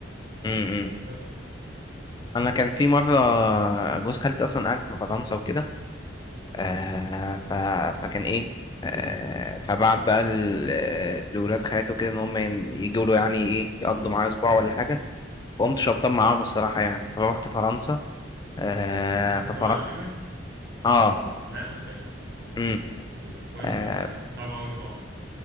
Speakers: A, on the left; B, on the right.
A: امم
B: بس
A: انا كان في مره جوز خالتي اصلا قاعد في فرنسا وكده آه ف... فكان ايه آه فبعت بقى ال- آه، لولاد خالته كده ان هم ين- يجوا له يعني ايه يقضوا
B: امم
A: معاه اسبوع ولا حاجه وقمت شبطان معاهم الصراحه يعني فروحت فرنسا آه
B: عرفت
A: ففرنسا
B: اطلع الشنجن
A: اه
B: طلعت لك يعني
A: امم
B: دي كويس
A: آه
B: انها طلعت لك صعب قوي يطلعها